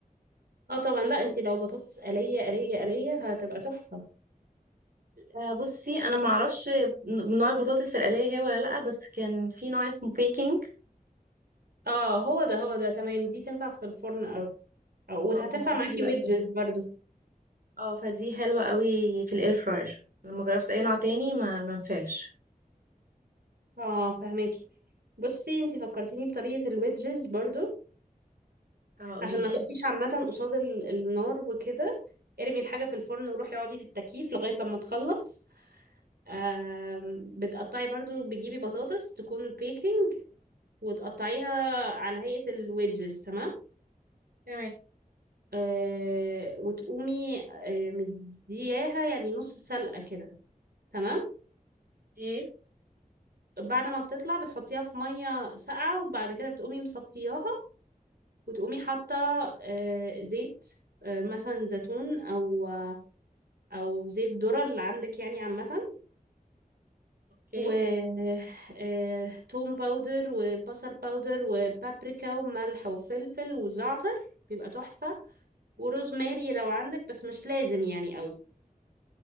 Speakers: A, on the right; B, on the right.
A: اه طبعا لا انتي لو بطاطس قلية قلية قلية هتبقى تحفة
B: آه، بصي انا ما اعرفش نوع البطاطس الآلية هي ولا لا بس كان في نوع اسمه بيكنج
A: اه هو ده هو ده تمام دي تنفع في الفرن او او وهتنفع
B: اه ما هو
A: معاكي
B: دي بقى
A: ويدجز
B: بتنفع
A: برضو
B: اه فدي حلوة قوي في الاير فراير لما جربت اي نوع تاني ما منفعش
A: اه فهماكي بصي انتي فكرتيني بطريقة الويدجز برضو
B: اه قوليلي
A: عشان ما تقفيش عامة قصاد ال- النار وكده ارمي الحاجة في الفرن وروحي اقعدي في التكييف لغاية لما تخلص آم، بتقطعي برضو بتجيبي بطاطس تكون بيكنج وتقطعيها على هيئة الويدجز تمام
B: تمام
A: آه، وتقومي آه، مدياها يعني نص سلقة كده تمام
B: ايه
A: بعد ما بتطلع بتحطيها في مية ساقعة وبعد كده بتقومي مصفياها وتقومي حاطة آه، زيت آه، مثلا زيتون او او زيت ذرة اللي عندك يعني عامة
B: اوكي
A: و آه، توم باودر وبصل باودر وبابريكا وملح وفلفل وزعتر بيبقى تحفة وروزماري لو عندك بس مش لازم يعني قوي